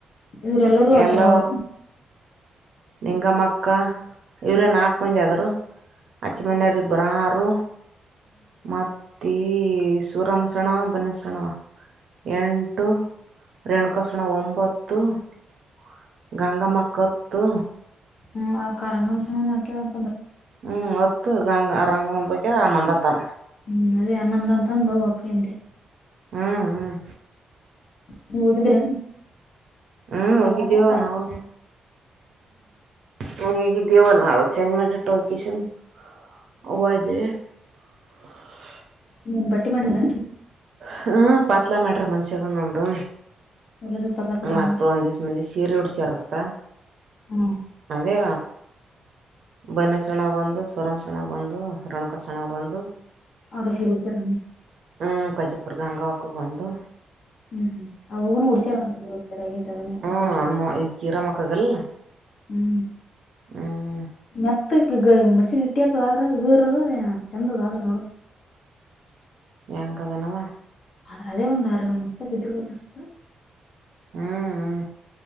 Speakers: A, on the left (about 55°); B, on the right (about 55°).
A: ಇವ್ರೆಲ್ಲರೂ ಹಾಕ್ಯಾರ
B: ಎಲ್ಲ
A: ಅವರು
B: ನಿಂಗಮ್ಮಕ್ಕ ಇವ್ರೇ ನಾಲ್ಕು ಮಂದಿ ಆದ್ರು ಅಚ್ಚ ಮನೆಯವರಿ ಇಬ್ಬರುರು ಮತ್ತು ತಿ ಸೂರಮಸಣ ಬನ್ನಸಣ ಎಂಟು ರೆಣಕಾಸಣ ಒಂಬತ್ತು ತ್ತು ಗಂಗಮ್ಮ ಕೊತ್ತು
A: ಹ್ಮ ಕಂಗಾಮಸಣಾ
B: ಹ್ಮ್ ಒತ್ತು ಗಂಗ ರಂಗಮ ಬಗ್ ಆನಂದತ ನ
A: ಹ್ಮ್ ಅದೇ ಆನಂದ ಅಂತಂದ ಬಾ ಹಕ್ಕಿ ಅಂತೆ
B: ಹ್ಮ್ ಹ್ಮ್
A: ನೀ ಹೋಗಿದ್ರಿ
B: ಹ್ಮ್ ಹೋಗದವ ನವು ಹೋಗ ದವ ನವು ಚೇನ್ ಮಾಡಟ್ಟೋಕಿಸನ್ <unintelligible>
A: ನೀನ್ ಬಟ್ಟೆ ಮಾಡಿದ್ರ
B: ಹ್ಮ ಪಾತ್ಲಾ ಮಾಡ್ರಿ ಮನ್ಷ್ಯಗಂದೊಂದು
A: ಎಲ್ಲರಿಗೂ ಪತ್ಲಾ ಕೊಟ್ರ
B: ಹ ಮತ್ತ ಒಂದ್ ದಿವ್ ಮಂದಿ ಸೀರೆ ಉಡ್ಸ ಚಿರತ
A: ಹ್ಮ
B: ಅದೇ ಬನೆ ಸಣ ಒಂದು ಸ್ವರಂ ಸಣ ಒಂದು ರೊಣಕಸಣ ಒಂದು
A: ಅವದ ಸರು ಸರ
B: ಹ್ಮ್ ಕೊಜಪುರ ಗಂಗಾಕ ಒಂದು
A: ಹ್ಮ್ ಹ್ಮ್ ಅವ ಡಚಾರಸ್ಥರ ಆಗಿ ಅದನ್ನರ್ಪಟ್ಟ
B: ಹ್ಮ್ ಹಣ್ಮ ಈ ಕೀರ ಮಕ್ಕಗಲ್
A: ಹ್ಮ
B: ಹ್ಮ್
A: ಮೆತ್ತ ಗ <unintelligible> ಇಟ್ಟಿತ ಆದ್ರ ಇೂರದು ಚೆಂದದ ಆದ್ರೆ ನೋಡದು
B: ಇಂಕದನವ
A: ಆದ್ರ ಅದೇ ಒಂದ್ ಆರ ಒಸದ ಇದ್ರರು ಬದ್ತು
B: ಹ್ಮ್ ಹ್ಮ